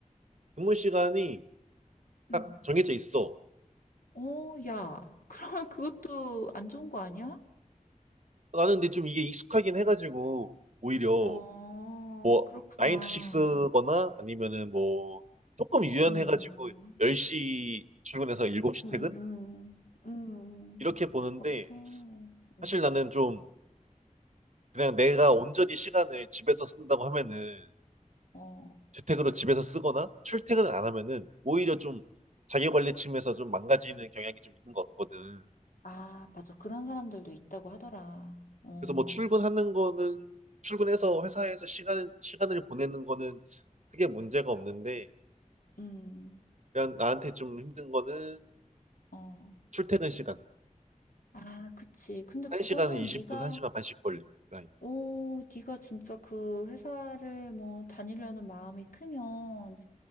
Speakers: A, on the right; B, on the left.
A: 근무 시간이 딱
B: 응.
A: 정해져 있어.
B: 어, 야, <laughs> 그러면 그것도 안 좋은 거 아니야?
A: 나는 근데 좀 이게 익숙하긴 해가지고 오히려
B: 어,
A: 뭐,
B: 그렇구나.
A: 9 to 6거나 아니면은 뭐, 조금 유연해가지고
B: 음,
A: 10시 출근해서 7시
B: 음,
A: 퇴근?
B: 음, 음,
A: 이렇게
B: 음.
A: 보는데,
B: 그렇게, 음,
A: 사실 나는 좀 그냥 내가 온전히 시간을 집에서 쓴다고 하면은
B: 어,
A: 재택으로 집에서 쓰거나 출퇴근을 안 하면은 오히려 좀 자기 관리 측면에서 좀 망가지는 경향이 좀 있는 것 같거든.
B: 아, 맞아. 그런 사람들도 있다고 하더라. 어,
A: 그래서 뭐 출근하는 거는 출근해서 회사에서 시간, 시간을 보내는 거는 크게 문제가 없는데,
B: 음,
A: 그냥 나한테 좀 힘든 거는
B: 어.
A: 출퇴근 시간.
B: 아, 그치. 근데 그거는
A: 1시간은 20분,
B: 네가,
A: 1시간 반씩 걸리니까.
B: 오, 네가 진짜 그 회사를 뭐 다니려는 마음이 크면